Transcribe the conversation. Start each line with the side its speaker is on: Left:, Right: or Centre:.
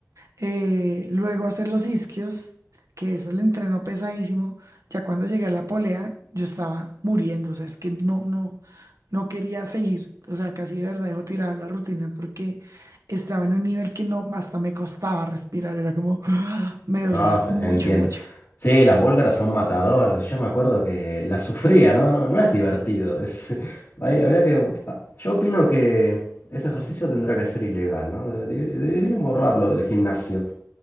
Right: eh, luego hacer los isquios, que eso el entreno pesadísimo. Ya cuando llegué a la polea, yo estaba muriendo, o sea, es que no, no, no quería seguir, o sea, casi de verdad dejo tirada la rutina porque estaba en un nivel que no, hasta me costaba respirar, era como, <gasps> me dolía
Left: ah, sí,
Right: mucho,
Left: entiendo.
Right: mucho.
Left: Sí, las búlgaras son matadoras. y Yo me acuerdo que las sufría, ¿no? No, no es divertido. Es, <laughs> ahí habría que. ah, Yo opino que ese ejercicio tendrá que ser ilegal, ¿no? Debe- debe- Deberían borrarlo del gimnasio.